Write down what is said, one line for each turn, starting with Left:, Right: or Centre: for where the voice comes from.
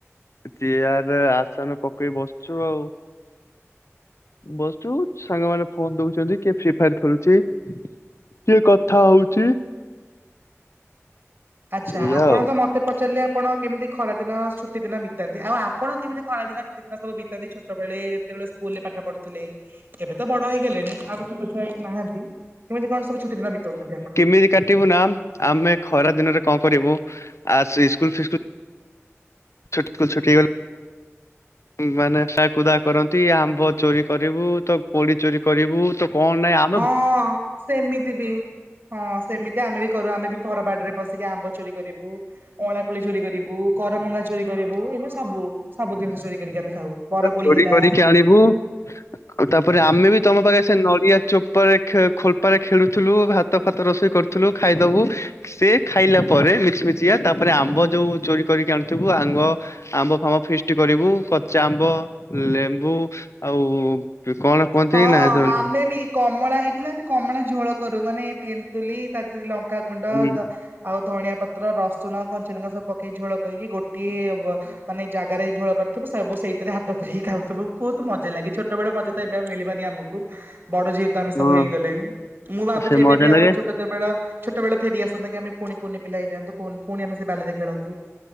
Left: ଚେୟାର ଆସନ ପକେଇ ବସିଛୁ ଆଉ। ବସଛୁ ସାଙ୍ଗ ମାନେ ଫୋନ ଦଉଛନ୍ତି କିଏ ଫ୍ରି ଫାୟାର ଖେଳୁ ଚି କିଏ କଥା ହଉଛି?
Right: ଆଚ୍ଛା
Left: ଏଇଆ
Right: ଆପଣ
Left: ଆଉ
Right: ତ ମତେ ପଚାରିଲେ ଆପଣ କେମିତି ଖରା ଦିନ ଛୁଟି ଦିନ ବିତି ବିତାନ୍ତି ଆଉ ଆପଣ କେମିତି କା ଦିନ ଛ ଦିନ ସବୁ ବିତାନ୍ତି ଛୋଟବେଳେ ଯେତେବେଳେ ସ୍କୁଲ ରେ ପାଠ ପଢ଼ୁଥିଲେ ଏବେ ତ ବଡ ହେଇଗଲେଣି। ଆଉ ଛୋଟ ଛୁଆଇ ନାହାନ୍ତି କେମିତି କଣ ସବୁ ଛୋଟ ଦିନ ବିତଉଛନ୍ତି ଆପଣ?
Left: କିରିକାଟିିବୁନାମ୍। ଆମେ ଖରା ଦିନରେ କଣ କରିବୁ ଆ ସ୍କୁଲ୍ ଫିସ୍କୁଲ୍ ଛୁଟ୍କୁ ଛୁଟି ହେଇଗଲେ ମାନେକୁଦା କରନ୍ତି ଆମ୍ବ ଚୋରି କରିବୁ ତ କୋଳି ଚୋରି କରିବୁ ତ କଣ ନାଇଁ?
Right: ହଁ ହଁ ସେମିତି ବି। ହଁ ସେମିତି ଆମେ ବି କରୁ। ଆମେ ବି ପରବାଡ଼ିରେ ପଶିକି ଆମ୍ବ ଚୋରି କରିବୁ। ଅଳା କୋଳି ଚୋରି କରିବୁ। କରମଙ୍ଗା ଚୋରି କରିବୁ। ଏମିତି ସବୁ ସବୁ ସବୁ ଜିନିଷ ଚୋରି କରିକି ଆମେ ଖାଉ। ବରକୋଳି
Left: ଚୋରି
Right: ହେଲା।
Left: କରିକି ଆଣିବୁ ଆଉ ତାପରେ ଆମେ ବି ତମ ପାଖେ ସେ ନଡି଼ଆ ଚୋପାରେ ଖୋଳପାରେ ଖେଳୁଥିଲୁ ଭାତ ଫାତ ରୋଷେଇ କରୁଥିଲୁ ଖାଇଦବୁ। ସେ ଖାଇଲା ପରେ ମିଛି ମିଛି କା ତାପରେ ଆମ୍ବ ଯୋଉ ଚୋରି କରିକି ଆଣୁଥିବୁ ଆମ୍ବ ଆମ୍ବ ଫାମ୍ୱ ଫିଷ୍ଟି କରିବୁ କଙ୍ଚା ଆମ୍ବ, ଲେମ୍ବୁ ଆଉ ତୁ କଣ ପହଞ୍ଚେଇି
Right: ହଁ
Left: ନା ଜଣ
Right: ଆମେ ବି କମଳା ହେଇଥିଲା ଆମେ କମଳା ଝୋଳ କରୁ। ମାନେ ତେନ୍ତୁଲି ତା ଦେହରେ ଲଙ୍କାଗୁଣ୍ଡ
Left: ହୁଁ,
Right: ଆଉ ଧଣିଆ ପତ୍ର, ରସୁଣ, କଞ୍ଚଲଙ୍କା ସବୁ ପକେଇ ଝୋଳ କରିକି ଗୋଟିଏ ମାନେ ଜାଗାରେ ଝୋଳ କରିଥିବୁ ସବୁ ସେଇଥିରେ ହାତ ପୁରେଇକି ଖାଉଥିବ ବହୁତ ମଜା ଲାଗେ। ଛୋଟବେେଳେ ମ ଏଇଟା ମିଳିବାନି ଆମକୁ। ବଡ ଯେହେତୁ ଆମେ
Left: ହଁ
Right: ସବୁ ହେଇଗଲେଣି। ମୁଁ ଭାବୁଛି
Left: ସେ ମଜା
Right: ଏବେ ବି
Left: ଲାଗେ
Right: ଆମ ଛୋଟ ଯେତେବେ ଛୋଟବେଳେ ଫେରିଆସନ୍ତା କି? ଆମେ ପୁଣି କୁନି ପିଲା ହେଇଯଆନ୍ତୁ। ପୁଣି ଆମେ ସେ ବାଲିରେ ଖେଳନ୍ତୁ?